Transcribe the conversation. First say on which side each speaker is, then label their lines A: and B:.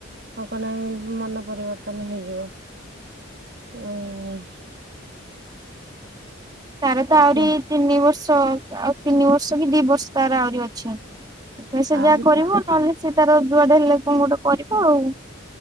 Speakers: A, on the right; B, on the right.
A: ହ କ ନା ମନ ପରିବର୍ତ୍ତନ ହେଇଯିବ ଆଉ
B: ତାର ତ
A: ଉଁ
B: ଆହୁରି ତିନି ବର୍ଷ ଆଉ ତିନି ବର୍ଷ କି ଦି ବର୍ଷ ତାର ଆହୁରି ଅଛି ସେ
A: ଆହୁରି
B: ଯାହା କରିବ
A: ତୁ
B: ନହେଲେ ସେ ତାର ଯୁଆଡେ ହେଲେ କଣ ଗୋଟେ କରିବ ଆଉ